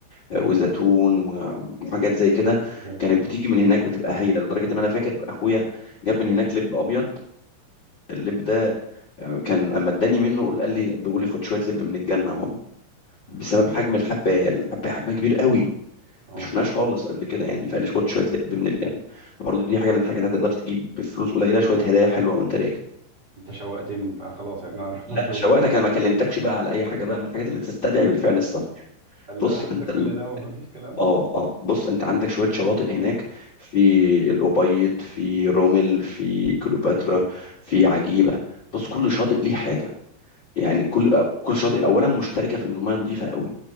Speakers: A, on the left; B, on the right.
A: آه، وزيتون وحاجات زي كده
B: بجد
A: كانت بتيجي من هناك بتبقى هايله لدرجه ان انا فاكر اخويا جاب من هناك لب ابيض اللب ده آه، كان اما اداني منه قال لي بيقول لي خد شويه لب من الجنه
B: يا
A: بسبب
B: سلام
A: حجم الحبايه الحبايه حجمها كبير قوي
B: اه
A: مش شفناهاش خالص قبل كده يعني فقال لي خد شويه لب من الجنه فبرضه دي حاجه من الحاجات هتقدر تجيب بفلوس قليله شويه هدايا حلوه وانت راجع
B: انت شوقتني انت آه، خلاص احنا هنروح
A: لا
B: <laughs> مطروح
A: شوقتك انا ما كلمتكش بقى على اي حاجه بقى من الحاجات اللي تستدعي بالفعل السفر
B: قال لا
A: بص
B: <laughs>
A: انت
B: ده كل
A: ال-
B: ده ومفيش كلام
A: اه اه بص انت عندك شويه شواطئ هناك في الابيض في رومل في كليوباترا في عجيبه بص كل شاطئ ليه حاجه يعني كل آه، كل شاطئ اولا مشتركه في ان الميه نظيفه قوي